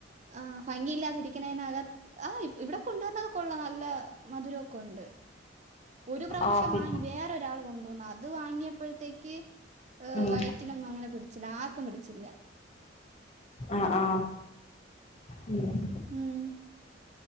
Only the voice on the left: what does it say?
ആഹ് പി
ഉം
ആ ആ <inaudible>